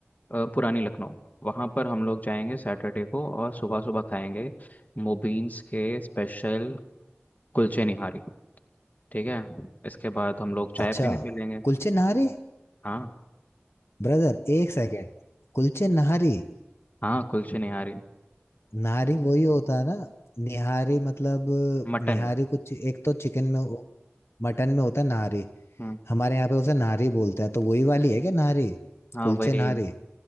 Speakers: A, on the left (about 40°); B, on the left (about 70°).
A: अ, पुरानी लखनऊ वहाँ पर हम लोग जाएंगे सैटरडे को और सुबह सुबह खाएंगे मोबीन्स के स्पेशल कुलचे निहारी ठीक है इसके बाद हम लोग चाय
B: अच्छा
A: पीने चलेंगे
B: कुलचे नहारी
A: हाँ
B: ब्रदर एक सेकंड कुलचे नहारी
A: हाँ कुलचे निहारी
B: नारी वही होता है ना निहारी मतलब
A: मटन
B: निहारी कुछ एक तो चिकन में मटन में होता है नारी
A: हम्म
B: हमारे यहाँ पे उसे नारी बोलते हैं तो वही वाली है क्या नारी
A: हाँ
B: कुलचे
A: वही
B: नारी